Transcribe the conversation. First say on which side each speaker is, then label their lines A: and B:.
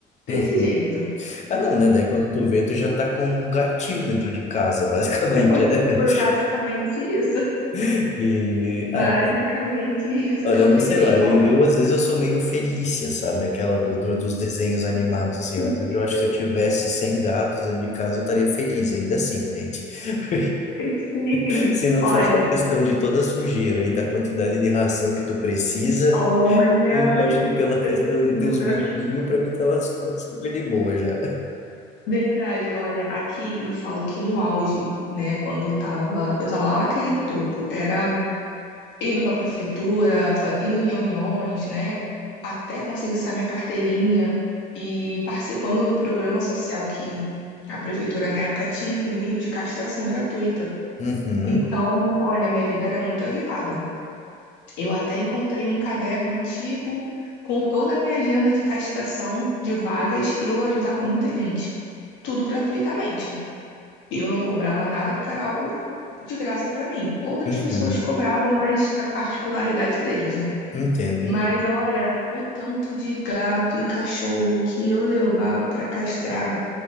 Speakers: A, on the left; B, on the left.
A: Desse
B: Uhum.
A: jeito.
B: Ah, não, né? Daí quando tu vê, tu já tá com um gatil dentro de casa, basicamente,
A: Foi,
B: né?
A: foi basicamente isso.
B: <laughs> E
A: Basicamente
B: ah,
A: isso
B: Olha,
A: que eu fiquei.
B: mas sei lá, eu,
A: Olha,
B: eu, às vezes eu sou meio Felícia, sabe? Aquela do, do- dos desenhos animados, assim.
A: sim,
B: Às vezes
A: sim.
B: eu acho que se eu tivesse 100 gatos dentro de casa, eu estaria feliz, ainda assim, entende? <laughs>
A: <laughs>
B: Porque se não
A: Olha,
B: fosse a questão de toda a sujeira e da quantidade de ração que tu precisa,
A: olha,
B: eu acho que pela questão
A: precisa.
B: de ter os bichinhos, pra mim tava, tava super de boa já.
A: Verdade, olha, aqui eu falo que no auge, né, quando tava, eu tava lá naquele topo, era indo pra prefeitura, fa- indo em reuniões, né, até conseguir sair minha carteirinha e participando do programa social que a prefeitura na época tinha aqui no Rio de castração gratuita.
B: Uhum,
A: Então, olha, minha vida era muito agitada. Eu até encontrei um caderno antigo com toda a minha agenda de castração de vagas e eu ajudava muita gente, tudo gratuitamente. Eu não cobrava nada porque era algo de graça para mim. Outras
B: uhum,
A: pessoas cobravam, mas é particularidade deles, né?
B: entendo, hein?
A: Mas olha, o tanto de gato e cachorro que eu levava para castrar